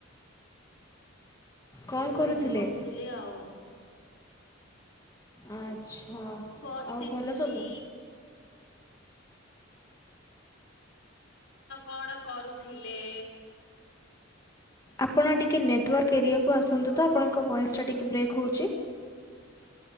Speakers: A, on the left; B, on the left.
A: କଣ
B: ମୁଁ
A: କରୁଥିଲେ
B: ଏଇଠି ବସ୍‌ଥିଲି ଆଉ।
A: ଆଚ୍ଛା,
B: ବସିଥିଲି
A: ଆଉ ଭଲ ସବୁ।
B: କ'ଣ କରୁଥିଲେ?
A: ଆପଣ ଟିକେ ନେଟୱାର୍କ ଏରିଆକୁ ଆସନ୍ତୁ
B: ହ୍ୟାଲୋ
A: ତ। ଆପଣ ବଏସ୍‌ ଟା ଟିକେ ବ୍ରେକ୍ ହଉଚି।